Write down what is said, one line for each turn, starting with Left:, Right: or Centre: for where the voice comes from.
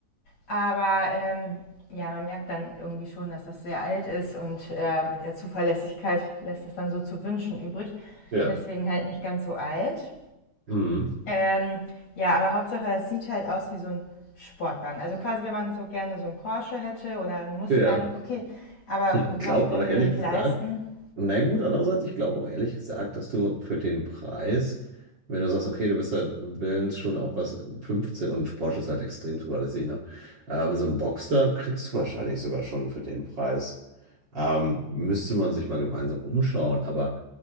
Left: Aber ähm, ja, man merkt dann irgendwie schon, dass das sehr alt ist und äh, mit der Zuverlässigkeit lässt das dann so zu wünschen übrig.
Right: ja.
Left: Deswegen halt nicht ganz so alt.
Right: Mhm.
Left: Ähm, ja, aber Hauptsache, es sieht halt aus wie so ein Sportwagen. Also quasi, wenn man so gerne so einen Porsche hätte oder einen Mustang,
Right: Ja.
Left: okay, aber
Right: Ich
Left: gut, einen
Right: glaube
Left: Porsche kann
Right: aber
Left: ich
Right: ehrlich
Left: mir nicht
Right: gesagt,
Left: leisten.
Right: Na gut, andererseits, ich glaube auch ehrlich gesagt, dass du für den Preis, wenn du sagst, okay, du bist halt willens schon auf was 15 und Porsche ist halt extrem zuverlässig, ne? Ähm, so ein Boxster kriegst du wahrscheinlich sogar schon für den Preis. Ähm, müsste man sich mal gemeinsam umschauen, aber